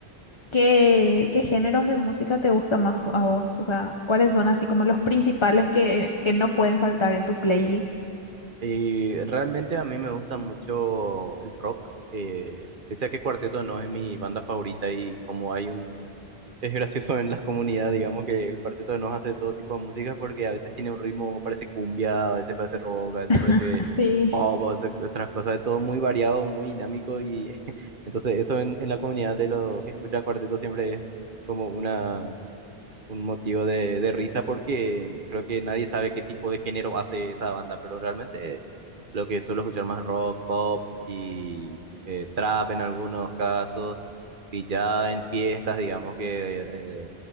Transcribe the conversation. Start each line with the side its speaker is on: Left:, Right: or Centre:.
Left: qué, qué géneros de música te gusta más a vos? O sea, ¿cuáles son así como los principales que, que no pueden faltar en tu playlist?
Right: Y realmente a mí me gusta mucho el rock, eh, pese a que Cuarteto no es mi banda favorita y como hay un... Es gracioso en la comunidad, digamos que el Cuarteto de Nos hace todo tipo de música porque a veces tiene un ritmo, parece cumbia, a veces parece rock, a veces parece
Left: <laughs>
Right: pop,
Left: Sí,
Right: a veces otras cosas, es todo muy variado, muy dinámico y <laughs> entonces eso en, en la comunidad de los que escuchan Cuarteto siempre es como una, un motivo de, de risa porque creo que nadie sabe qué tipo de género hace esa banda, pero realmente lo que suelo escuchar más rock, pop y eh, trap en algunos casos. Y ya en fiestas, digamos que eh, eh,